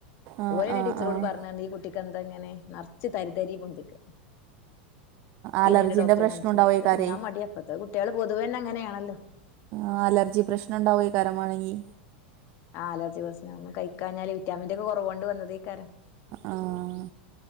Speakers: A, on the right (about 40°); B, on the left (about 45°).
A: ആ
B: ഓലയിന്
A: ആ
B: ടീച്ചറോട്
A: ആ
B: പറഞ്ഞാർഞ്ഞി ഈ കു ട്ടിക്കന്താ ഇങ്ങനെ ന ച്ച് തരി തരി പൊന്തിക്ക സ്കിന്നിന്റെ
A: അലർജീന്റെ
B: ഡോക്റ്റേ
A: പ്രശ്നം
B: കാണിച്ച്
A: ഉണ്ടാവേക്കാരേ
B: ക്കെ തിന്നാം മടിയ ഇപ്പത്തെ കുട്ട്യള് പൊതുവെന്നെ അങ്ങനെയാണല്ലോ.
A: ആഹ് അലർജി പ്രശ്നംണ്ടാവേ കരം വാണങ്കി.
B: ആഹ് അലർജി പ്രശ്ന ഒന്നും കഴിക്കാഞ്ഞാല് വിറ്റാമിന്റൊക്കെ കൊറവോണ്ട് വന്നതേയ്ക്കാരം.
A: ആഹ്